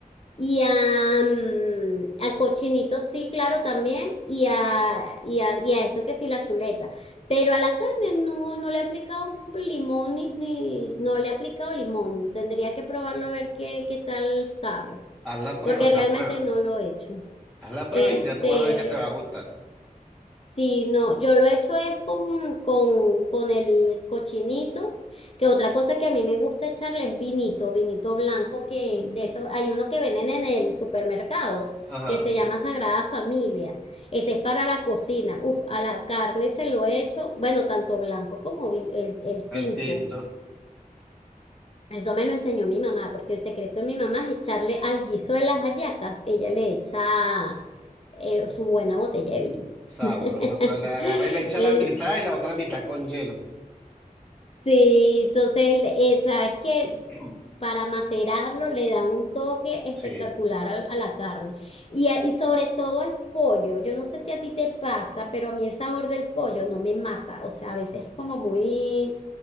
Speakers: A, on the left (about 45°); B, in the centre.
A: y a, mm, al cochinito, sí, claro, también, y a, y a, y a esto que sí, la chuleta. Pero a la carne no, no le he aplicado limón ni, ni- no le he aplicado limón. Tendría que probarlo a ver qué, qué tal sabe,
B: Haz la prueba,
A: porque
B: haz
A: realmente
B: la prueba.
A: no lo he hecho.
B: Haz la prueba
A: Este,
B: y ya tú vas a ver que te va a gustar.
A: Sí, no, yo lo he hecho es con, con, con el cochinito, que otra cosa que a mí me gusta echarle es vinito, vinito blanco, que de eso hay uno que venden en el supermercado,
B: Ajá,
A: que se llama Sagrada Familia. Ese es para la cocina. Uf, a la carne se lo he hecho, bueno, tanto blanco como vin- el, el tinto.
B: el tinto,
A: Eso me lo enseñó mi mamá, porque el secreto de mi mamá es echarle al guiso de las hallacas, ella le echa eh, su buena botella de vino.
B: sabroso.
A: <laughs>
B: Le agarra y le echa
A: Eh,
B: la mitad y la otra mitad con hielo.
A: Sí, entonces, eh, sabes que
B: <clears throat>
A: para macerarlo le da un toque espectacular
B: Sí,
A: al- a, la carne. Y, a- y sobre todo al pollo. Yo no sé si a ti te pasa, pero a mí el sabor del pollo no me mata. O sea, a veces es como muy,